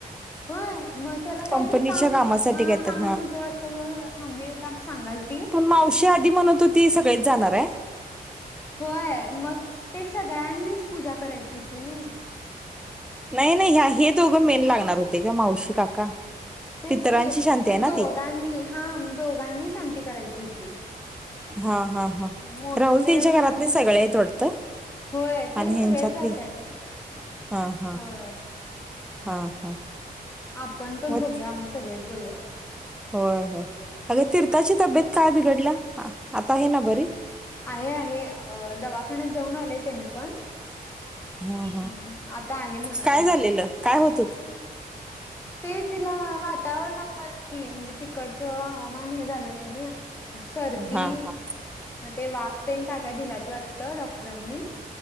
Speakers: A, on the left; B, in the centre.
A: होय मग त्याला काहीतरी
B: कंपनीच्या
A: काम
B: कामासाठी
A: हा
B: काय
A: काम
B: तर
A: होतं वाटतं ब मम्मीला सांगाल ती
B: पण मावशी आधी म्हणत होती सगळेच जाणार आहे.
A: होय मग ते सगळ्यांनीच पूजा करायची होती नई.
B: नाही नाही ह हे दोघं मेन लागणार होते का मावशी काका
A: तेच
B: पितरांची
A: की म्हणजे
B: शांती आहे ना
A: दोघांनी
B: ती
A: हां दोघांनी शांती करायची होती.
B: हा हा हा
A: मोठे
B: राहुल त्यांच्या
A: आणि
B: घरातले
A: बारके
B: सगळ आहेतेत वाटतं.
A: होय ते
B: आणि
A: सगळेच
B: ह्यांच्यातली
A: जातात
B: हा
A: होय.
B: हा हा हा.
A: आपण पण
B: मग
A: बघूया म सगळेच जाऊया.
B: होय हो अगे तीर्थाची तब्येत काय बिघडल्या आता हे ना बरी?
A: आहे आहे दवाखान्यात जाऊन आले त्यांनी पण.
B: हा हा
A: ह् आता आहे म्हणा
B: काय
A: कमी.
B: झालेलं काय होतत.
A: ते तिला वातावरणामुळेच की म्हणजे तिकडचं हवामान हे झालं नाही नाही. सर्दी
B: हा हा
A: मग ते वाफतेन का काय दिलात वाटतं डॉक्टरांनी.